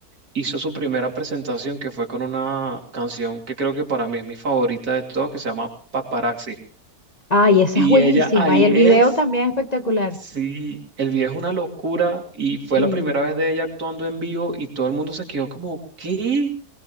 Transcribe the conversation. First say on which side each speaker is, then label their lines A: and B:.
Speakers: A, on the right; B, on the left.
A: hizo su primera presentación que fue con una canción que creo que para mí es mi favorita de todas, que se llama Paparazzi.
B: Ay, esa
A: Y
B: es buenísima.
A: ella ahí
B: Y el
A: es,
B: video también es espectacular.
A: sí, el video es una locura y fue
B: Sí.
A: la primera vez de ella actuando en vivo y todo el mundo se quedó como, ¿qué?